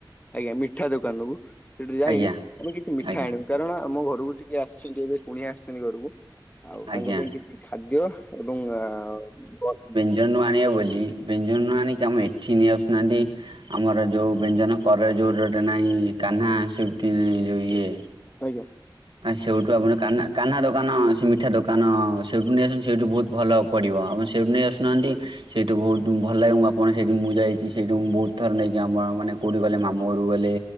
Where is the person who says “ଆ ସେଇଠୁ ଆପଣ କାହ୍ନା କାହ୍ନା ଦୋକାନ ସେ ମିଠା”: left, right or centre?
Right